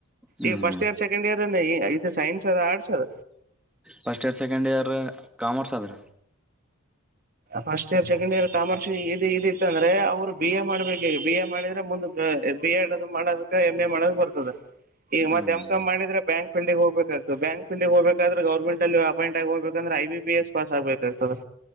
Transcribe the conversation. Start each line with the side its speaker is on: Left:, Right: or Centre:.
Centre: ಹ್ಮ್
Right: ಈಗ ಫಸ್ಟ್ ಇಯರ್ ಸೆಕೆಂಡ್ ಇಯರ್ ಇದು ಸೈನ್ಸ್ ಅದ ಆರ್ಟ್ಸ್ ಅದ
Centre: first year second year commerce ಆದ್ರ
Right: first year second year commerce ಇ ಇದಿತ್ತ ಅಂದ್ರೆ ಅವ್ರು ಬಿ ಎ ಮಾಡ್ಬೇಕ ಬಿ ಎ ಮಾಡಿದ್ರೆ ಮುಂದ ಬಿ ಎಡ್ ಅದು ಮಾಡದಕ ಎಮ್ ಎ ಮಾಡೋಕ್ ಬರ್ತದ ಈಗ
Centre: ಹ್ಮ್
Right: ಮತ್ೆ ಎಮ್ ಕಮ್ ಮಾಡಿದ್ರೆ ಬ್ಯಾಂಕ್ ಫಲ್ ಹೋಗಬೇಕ್ತದೆ ಬ್ಯಾಂಕ್ ಫಲ್ಗೆ ಹೋಗ್ಬೇಕಾದ್ರೆ ಗರ್ಮೆಂಟ್ಲ್ಲಿ ಅಪಾಯಿಂಟ್ ಆಗ ಹೋಗಬೇಕಂದ್ರೆ ಐ ಬಿ ಪಿ ಎಸ್ ಪಸ್ಗ್ಬೇಕಾಗ್ತದೆ